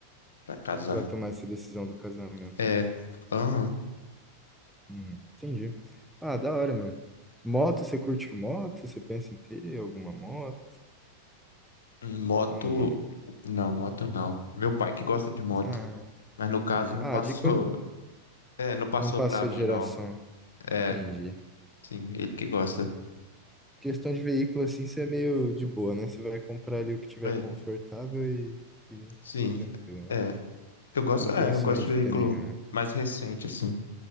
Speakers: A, on the left; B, in the centre.
A: pra casar.
B: Para tomar essa decisão do casamento,
A: É,
B: né?
A: aham.
B: Uhum. Entendi. Ah, da hora, mano. Moto, você curte moto? Você pensa em ter alguma moto?
A: Moto,
B: Ou não?
A: não, moto não. Meu pai que gosta de moto.
B: Ah,
A: Mas no caso
B: entendi.
A: não
B: Ah,
A: passou,
B: de coisa.
A: <laughs> é, não passou
B: Não passou
A: pra mim,
B: de geração.
A: não. É,
B: Entendi.
A: sim, ele que gosta.
B: Questão de veículo, assim, você é meio de boa, né? Você vai comprar ali o que tiver
A: É,
B: confortável e, e
A: sim,
B: tranquilo, né?
A: é. Eu gosto,
B: Não
A: é,
B: tem sonho
A: eu gosto
B: de
A: de veículo
B: ter nenhuma.
A: mais recente, assim.